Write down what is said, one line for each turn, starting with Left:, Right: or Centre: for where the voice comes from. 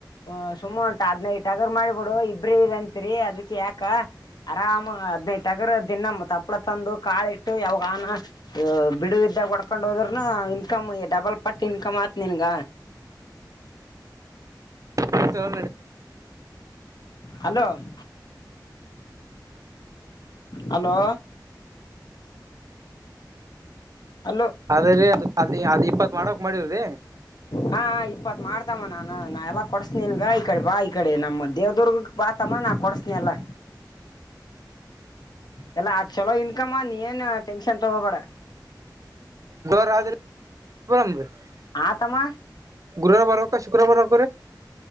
Left: ಅ ಸುಮಂಟ ಹದನೈದ ಟಗರ್ ಮಾಡಿ ಬಿಡು ಇಬ್ರೇ ಇ ತ್ರಿ ಅದ್ಕೆ ಯಾಕ ಆರಾಮ್ಗ ಹದನೈದ ದಿನ ಮ ತಪ್ಪಳ ತಂದು ಕಾಳ ಯಾವಾಗಾನ ಬಿಡುವಿದ್ದಾಗ ಹೊಡ್ಕೊಂಡ್ ಹೋದ್ರನ ಇನ್ಕಮ್ ಡಬಲ್ ಪಟ್ಟು ಇನ್ಕಮ್ ಆತ್ ನಿನ್ಗ
Right: ಅಣ್ಣ
Left: ಹಲೋ ಮ್ ಹಲೋ ಹಲೋ
Right: ಅದ್ರೀ ಅ ಅದ ಇಪ್ಪತ್ ಮಾಡಕ್ ಮಾಡಿವ್ರೀ
Left: ಹಾ ಇಪ್ಪತ್ ಮಾಡ್ದಮ್ಮ ನಾನು ನಾ ಎಲ್ಲ ಕೊಡ್ಸನ್ ಗಾಯಿ ಕಡ್ ಬಾಯ ಕಡೆ ನಮ್ಮ ದೇವದುರ್ಗ ಬ ತಮ್ಮ ನಾು ಕೊಡಿಸನ ಅಲ್ಲ ಎಲ್ಲಾ ಅ ಚಲೋ ಇನ್ಕಮ ನೀ ಏನು ಟನ್ಷನ್ ತೊಗಬಡ
Right: ರ
Left: ಆ ತಮ್ಮ
Right: ಗುರುವಾರ ಬಾರಕ ಶುಕ್ರ ಬಾರಕ